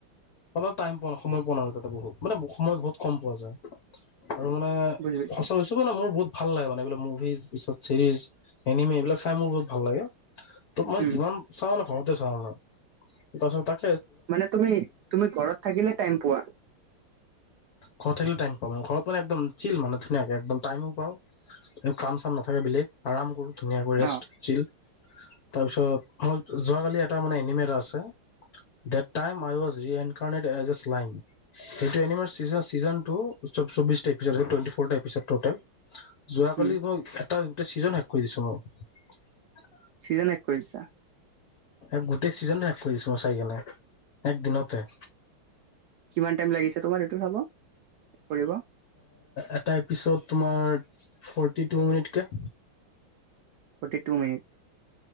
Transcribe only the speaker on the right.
বুজি পাইছো
উম
মানে তুমি, তুমি ঘৰত থাকিলে টাইম পোৱা?
অ
উম,
চিজন শেষ কৰিছা?
কিমান টাইম লাগিছে তোমাৰ এইটো চাব, কৰিব?
ফৰ্টি টু মিনিটছ।